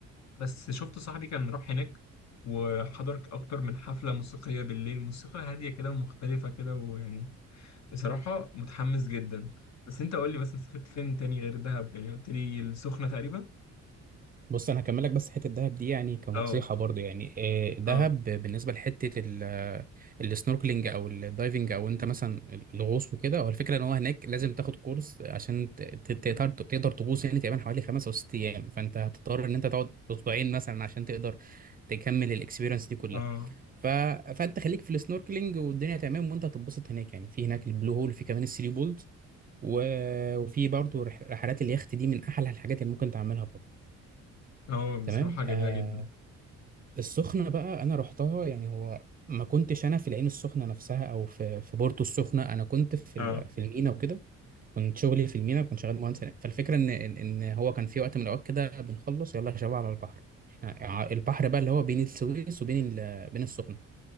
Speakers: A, on the left; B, on the right.
A: بس شفت صاحبي كان راح هناك وحضر أكتر من حفلة موسيقية بالليل موسيقى هادية كده ومختلفة كده ويعني بصراحة متحمس جدا بس انت قول لي مثلا سافرت فين تاني غير دهب يعني قلت لي السخنة تقريبا
B: بص انا هكمل لك بس حته الدهب دي يعني كنصيحه
A: اه
B: برضو يعني آه، دهب
A: اه
B: بالنسبه لحته ال- السنوركلينج او الدايفنج او انت مثلا الغوص وكده هو الفكره ان هو هناك لازم تاخد كورس عشان ت- ت- تقدر تقدر تغوص يعني تقريبا حوالي خمس او ست ايام فانت هتضطر ان انت تقعد اسبوعين مثلا عشان تقدر تكمل الاكسبيرينس دي كلها
A: اه
B: ف... فانت خليك في السنوركلينج والدنيا تمام وانت هتتبسط هناك يعني في هناك البلو هول في كمان الثري بولز و... وفي برضو رح... رحلات اليخت دي من احلى الحاجات اللي ممكن تعملها برضو
A: اه
B: تمام
A: بصراحة جميلة
B: آه
A: جدا
B: السخنة بقى أنا رحتها يعني هو ما كنتش أنا في العين السخنة نفسها أو في في بورتو السخنة أنا كنت في
A: اه
B: ال- في المينا وكده كنت شغلي في المينا كنت شغال مهندس هناك فالفكرة إن إن إن هو كان في وقت من الأوقات كده بنخلص يلا يا شباب على البحر إحنا- ع- البحر بقى اللي هو بين السويس وبين ال- بين السخنة